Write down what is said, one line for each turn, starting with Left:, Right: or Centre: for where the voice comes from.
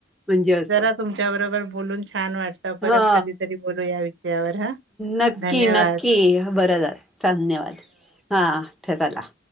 Centre: म्हणजे असं
Right: जरा तुमच्या बरोबर बोलून छान वाटतं परत
Centre: हा
Right: कधीतरी बोलू या विषयावर हा
Centre: नक्की
Right: धन्यवाद
Centre: नक्की बरं झालं धन्यवाद हा चला